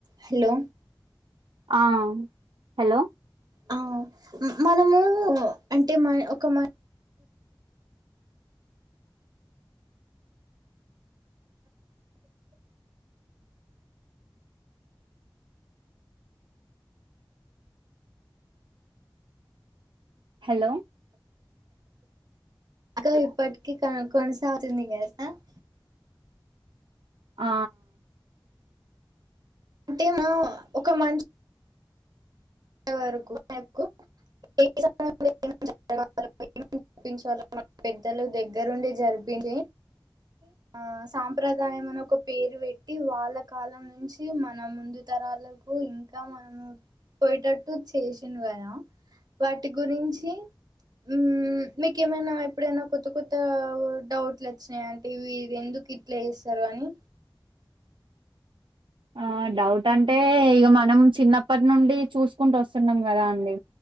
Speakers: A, on the right; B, on the right.
A: Hello
B: ఆ hello
A: ఆ మనము అంటే మ ఒక మ
B: హలో
A: అక్క ఇప్పటికీ కొని కొనసాగుతుంది కదా అక్క
B: ఆ
A: అంటేను ఒక మన్ వరకు వరుకు ఏ <unintelligible> మనం పెద్దలు దగ్గరుండి జరిపింది హే ఆ సాంప్రదాయం అని ఒక పేరు పెట్టి వాళ్ళ కాలం నుంచి మన ముందు తరాలకు ఇంకా మనము పోయేటట్టు చేసిండు ఆయన వాటి గురించి మ్మ్ మీకేమైనా ఎప్పుడైనా కొత్త కొత్త డౌట్లు వచ్చినాయ వీరు ఎందుకు ఇట్ల చేస్తారని
B: ఆ డౌట్ అంటే ఇక మనం చిన్నప్పటి నుండి చూసుకుంటూ వస్తున్నాం కదా అండి